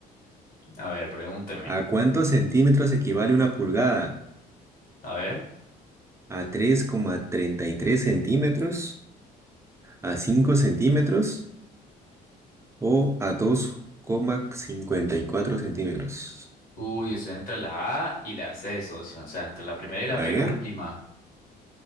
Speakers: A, on the left; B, on the right.
A: a ver, pregúnteme.
B: ¿A cuántos centímetros equivale una pulgada?
A: A ver.
B: ¿A tres coma treinta y tres centímetros? ¿A 5 centímetros? ¿O a dos coma cincuenta y cuatro centímetros?
A: Uy, estoy entre la A y la C, socio. O sea, entre la primera y la
B: A
A: penúltima.
B: ver,